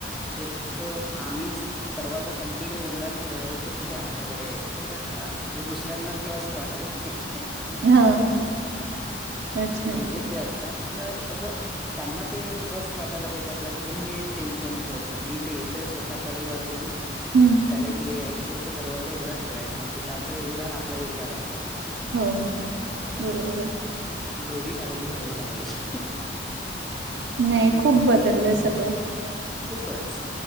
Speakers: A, in the centre; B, on the right.
A: ते फक्त आम्हीस दरवाजा कंटिन्यू उघडा ठेवायचो तर ते आमच्याकडे यायचं कशाला म्हणजे दुसऱ्यांना ट्रस्ट वाटायला पाहिजे,
B: हा अच्छा
A: गेले ते आता. पण असं त्यांना ते ट्रस्ट वाटायला पाहिजे आपल्याबद्दल हे एक टेन्शन असायचं नाही ते येतंय स्वतः कडी वाजवून.
B: हम्म
A: त्याला इकडे यायचं तर दरवाजा उघा ठेवायचा म्हणजे त्यांचाही उघडा आणि आपलाही उघा राहिला पाहिजे.
B: हो हो, बरोबर
A: असं
B: आहे.
A: म्हणजे एवढी काळजी घ्यावी लागायची.
B: नाही
A: ह
B: खूप बदललंय सगळं.
A: खूपच.